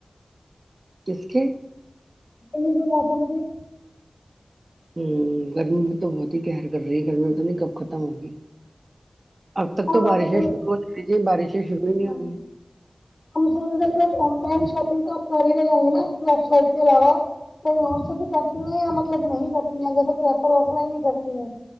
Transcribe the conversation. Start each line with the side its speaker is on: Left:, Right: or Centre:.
Right: کس کی
Left: ج آسن گ
Right: ہوں گرمی تو بہت ہی قہر کر رہی ہے گرمی میں تو نہیں کپ ختم ہو گی اب تک
Left: ہم
Right: تو بارشیں
Left: آج کل
Right: شروع ہو چی تیں بارشیں شروع ہی نہیں
Left: ہاں
Right: ہو رہی
Left: ہم سمج آن لائن شاپنگ تو کر رہ ہ نا وب سائٹ پ آات کہیں وہاں سے بھی کرتی ہیں یا مطلب نہیں کرتی ہیں ا تل پیپر آف لائن ہی کرتی ہیں